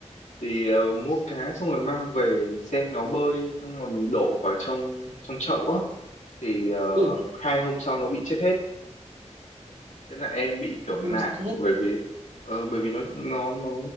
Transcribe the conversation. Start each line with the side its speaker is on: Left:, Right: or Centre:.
Left: thì ờ, mua cá xong rồi mang về xem nó bơi xong mà mình đổ vào trong trong chậu á thì ờ,
Right: ừ
Left: hai hôm sau nó bị chết hết thế là em bị kiểu nản
Right: ai làm sao chị hết
Left: bởi vì ờ, bởi vì nó nó nó